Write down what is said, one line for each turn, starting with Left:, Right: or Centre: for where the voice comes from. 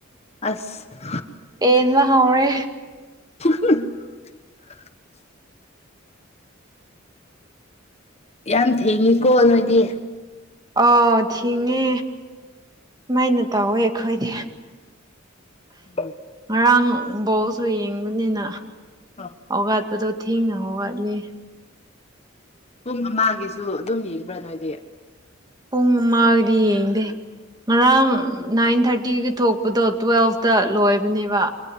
Left: ꯑꯁ
Right: ꯑꯦꯟꯃ ꯍꯧꯔꯦ
Left: <unintelligible> ꯌꯥꯝ ꯊꯦꯡꯉꯤꯀꯣ ꯅꯣꯏꯗꯤ
Right: ꯑ ꯊꯤꯉꯦ ꯁꯨꯃꯥꯏꯅ ꯇꯧꯋꯦ ꯑꯩꯈꯣꯏꯗꯤ
Left: ꯎ
Right: ꯉꯔꯥꯡꯕꯥꯎꯁꯨ ꯌꯦꯡꯕꯅꯤꯅ
Left: ꯑꯣ
Right: ꯑꯒꯠꯄꯗꯣ ꯊꯦꯡꯅꯕ ꯋꯥꯠꯂꯤꯦ
Left: ꯄꯨꯡ ꯑꯃꯒꯤꯒꯤꯁꯨ ꯑꯗꯨꯝ ꯌꯦꯡꯕ꯭ꯔꯥ ꯅꯣꯏꯗꯤ
Right: ꯄꯨꯡ ꯑꯃꯒꯗꯤ ꯌꯦꯡꯗꯦ ꯉꯔꯥꯡ ꯅꯥꯏꯟ ꯊꯥꯔꯇꯤꯒꯤ ꯊꯣꯛꯄꯗꯣ ꯇꯨꯋꯦꯜꯐꯇ ꯂꯣꯏꯕꯅꯦꯕ